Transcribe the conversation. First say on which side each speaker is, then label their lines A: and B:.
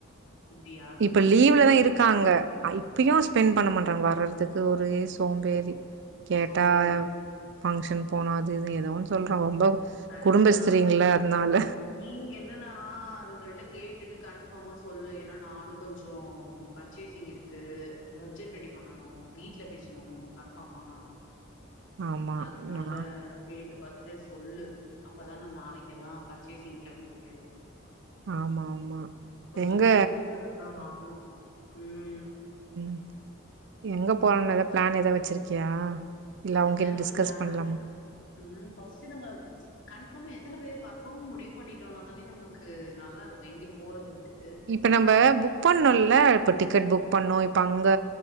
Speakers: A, on the left; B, on the right.
A: இப்டி ஆகுது
B: இப்ப லீவ்ல தா இருக்காங்க அ இப்பயு ஸ்பெண்ட் பண்ண மாட்றாங்க வர்றதுக்கு ஒரே சோம்பேறி கேட்டா
A: சோம்பேறி
B: ஃபங்க்ஷன் போனா அது இது ஏதோன்னு சொல்ற ரொம்ப
A: கரெக்ட்டு
B: குடும்பஸ்திரீங்கள
A: தா
B: அதனால
A: நீ என்னன்னா அதுங்கள்ட்ட கேட்டுட்டு கன்ஃபர்மா சொல்லு ஏன்னா நானு கொஞ்சோ பர்ச்சேசிங் இருக்கு பட்ஜெட் ரெடி பண்ணனு வீட்ல பேசணு கன்ஃபார்மா
B: ஆமா
A: அதுனால
B: நா
A: கேட்டு பாத்துட்டு சொல்லு அப்பதா நா நாளைக்கெல்லா பர்ச்சேசிங் கெளம்ப முடியு
B: ஆமா ஆமா
A: கொஞ்சோ
B: எங்க
A: கொஞ்சோ புது ட்ரெஸ்ல்லா வாங்குணு உம்
B: ம் எங்க போலான் எதா பிளான் எதா வச்சிருக்கியா இல்ல
A: அதுதா
B: அவங்ககிட்ட
A: இன்னு
B: டிஸ்கஸ்
A: பிளானு
B: பண்லாமா
A: அந்த மாரி ஃபஸ்ட்டு நம்ம கன்ஃபார்மா எத்தனை பேர் வர்றோன்னு முடிவு பண்ணிட்டோனா தானே நமக்கு நல்லா இருக்கும் எங்க போறதுன்ட்டு
B: இப்ப நம்ப புக் பண்ணோல இப்போ டிக்கெட் புக் பண்ணோ இப்போ அங்க